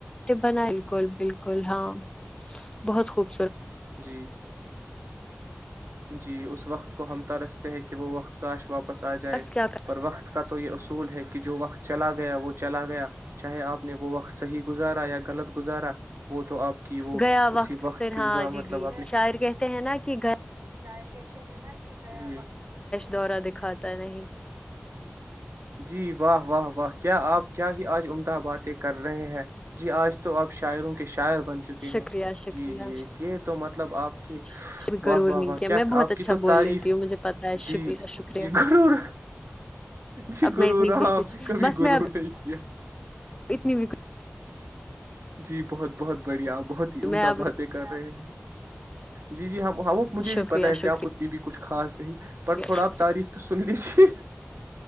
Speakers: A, on the left; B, on the right.
A: بنا بالکل بالکل ہاں بہت خوب
B: جیب جی اس وقت کو ہم ترستے ہیں کہ وہ مخ کاش وپ واپس آ جائے
A: بس کیا کر
B: اور وقت کا تو یہ اصول ہے کہ کہ جو وقت چلا گیا وہ چلا گیا چاہے آپ نے وہ وقت صحیح گزارا یا غلط گزارا وہ تو آپ کی وہ
A: گیا
B: اسی وقت
A: پھر
B: کی
A: ہاں
B: گزار مطلب
A: جی جی شاعر کہتے ہیں نا کہ گھر
B: جائےے
A: دورہ دکھاتا
B: ج
A: نہیں
B: جی واہ واہ و کیا آپ کیا ہی آج عمدہ باتیں کر رہے ہیں جی آج تو آپ شاعروں کے شار بن چکے
A: شکریہ
B: ہیں
A: شکریہ
B: جی جی ایک یہ تو مطلب آپ کی
A: شکریہ.
B: واہ
A: ضرور
B: واہ
A: نہیں
B: واہ کیا
A: میں بہت
B: آپ
A: اچھا
B: کی تو
A: بول
B: تعریف
A: لیتی ہوں مجھے پتا ہے
B: جی
A: شکریہ شکریہ
B: جی گر جی
A: اب
B: گر
A: میں اتنی
B: ر
A: بھی
B: آپ
A: کچھ
B: نے کبھی
A: بس
B: گر
A: میں اب
B: نہیں کیا
A: اتنی بھی
B: جی بہت بہت بڑیاپ بہت ہی عمدہ
A: میں اب
B: باد ہے ایک کر رہے ہیں جی جی ہ ہاں وہ مجھے
A: شکریہ
B: بھی پتا ہے
A: شکریہ
B: کہ آپ اتنی بھی کچھ کچ خاص پر تھوڑا
A: شکریہ
B: آپ تعریف تو سن لیجیے